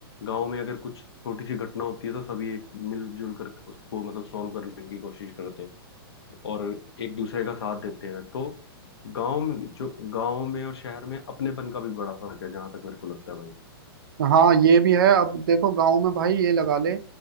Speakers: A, on the left; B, on the right.
A: गांव में अगर कुछ छोटी सी घटना होती है तो सभी एक मिलजुल कर उसको मतलब सॉल्व करने की कोशिश करते हैं और एक दूसरे का साथ देते हैं तो गांव में जो गांव में और शहर में अपनेपन का भी बड़ा फर्क है जहां तक मेरे को लगता है भाई
B: हाँ ये भी है अब देखो गांव में भाई ये लगा ले